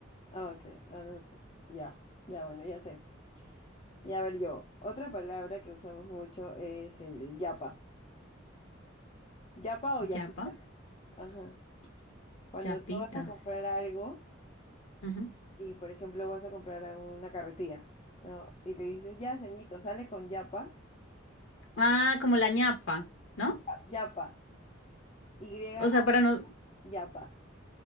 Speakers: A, on the left; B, on the left.
A: Ah, ok, algo- ya, ya, bueno, ya sé. Y a ver yo, otra palabra que usamos mucho es el yapa. Yapa o yapita.
B: Yapa,
A: Ajá. Cuando
B: yapita.
A: tú vas a comprar algo
B: Ujú.
A: y, por ejemplo, vas a comprar a una carretilla, ¿no? Y le dices, ya, ceñito, sale con yapa.
B: Ah, como la ñapa, ¿no?
A: Ya- Yapa. Y-A.
B: O sea, para no,
A: Yapa.